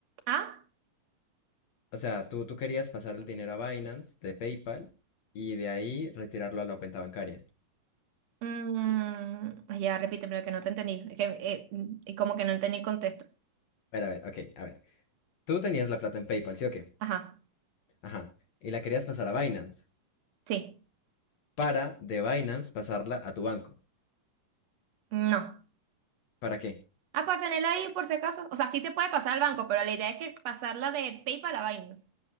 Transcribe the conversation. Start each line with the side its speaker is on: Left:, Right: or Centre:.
Right: ah,
Left: O sea, tú, tú querías pasar el dinero a Binance de PayPal y de ahí retirarlo a la cuenta bancaria.
Right: mm, ay, ya repítemelo que no te entendí. Es que, eh, mm, como que no entendí el contexto.
Left: A ver, a ver, ok, a ver. Tú tenías la plata en PayPal, ¿sí o qué?
Right: Ajá,
Left: Ajá. Y la querías pasar a Binance.
Right: sí,
Left: para de Binance pasarla a tu banco.
Right: no.
Left: ¿Para qué?
Right: Ah, para tenerla ahí por si acaso. O sea, sí se puede pasar al banco, pero la idea es que pasarla de PayPal a Binance.